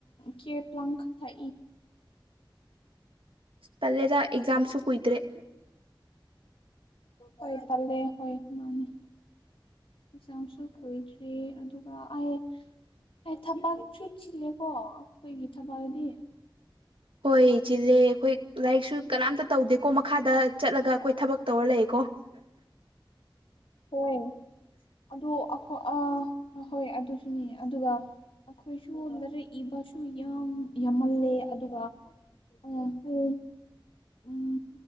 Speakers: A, on the left; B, on the right.
A: ꯀꯦ ꯄ ꯂꯥꯡ ꯈ ꯊꯏ
B: ꯄꯂꯦꯗ ꯑꯦꯛꯖꯝꯁꯨ ꯀꯨꯣꯏꯗ꯭ꯔꯦ
A: ꯍꯣꯏ ꯇꯜꯦ ꯍ ꯃꯥꯅꯦ ꯑꯦꯛꯖꯝꯁꯨ ꯀꯨꯏꯗ꯭ꯔꯤ ꯑꯗꯨꯒ ꯑꯩ ꯑꯩ ꯊꯕꯛ ꯆꯨ ꯆꯤꯜꯂꯦꯀꯣ ꯑꯩꯈꯣꯏꯒꯤ ꯊꯕꯜꯗꯤ
B: ꯍꯣꯏ ꯆꯤꯂꯦ ꯑꯩꯈꯣꯏ ꯂꯥꯏꯔꯤꯛꯁꯨ ꯀꯅꯥꯝꯇ ꯇꯧꯗꯦꯀꯣ ꯃꯈꯥꯗ ꯆꯠꯂꯒ ꯑꯩꯈꯣꯏ ꯊꯕꯛ ꯇꯧꯔ ꯂꯩꯌꯦꯀꯣ
A: ꯍꯣꯏ ꯑꯗꯨꯈꯣꯏ ꯍꯣꯏ ꯑꯗꯨꯁꯨꯅꯤ ꯑꯗꯨꯒ ꯑꯩꯈꯣꯏꯁꯨ ꯂꯩꯔꯦ ꯏꯕꯁꯨ ꯌꯥꯝ ꯌꯥꯝꯃꯜꯂꯦ ꯑꯗꯨꯒ ꯑꯣ ꯍ ꯎꯝ